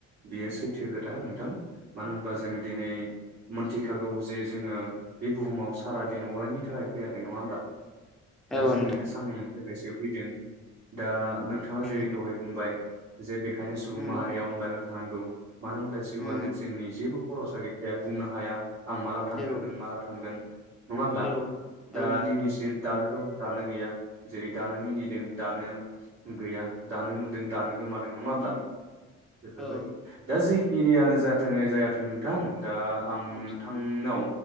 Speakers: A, on the right; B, in the centre.
A: बियो सैथो खोथा नोंथां मानो होनबा जोङो दिनै मोनथिखागौ जे जोङो बे बुहुमाव सारा दिन अरायनि थाखाय फैयाखै नङा होमब्ला? दा
B: औ
A: जोङो
B: नोंथां
A: साननैनि थाखायसो फैदों। दा नोंथाङा
B: उम
A: जेरै दहाय बुंबाय जे बेखायनो सुबुं
B: उम
A: माहारिया अनलायना था थानांगौ। मानो होनब्ला जिउआनो
B: उम
A: जोंनि जेबो बर'सा गैखाया बुंनो हाया। आं माला थांगोन
B: औ
A: नों माला थांगोन। नङा होमब्ला
B: औ
A: दा
B: औ नोंथां
A: दिनैसो दानो दं। दानो गैया जेरै दानो मिनि दों दानो गैया दानो नुदों दानो गोमादों नङा होमब्ला
B: उम
A: बेफोरबायदि
B: औ
A: दा जि खिनियानो जाथोंयै जायाथों नोंथां दा आं
B: औ
A: नोंथांनाव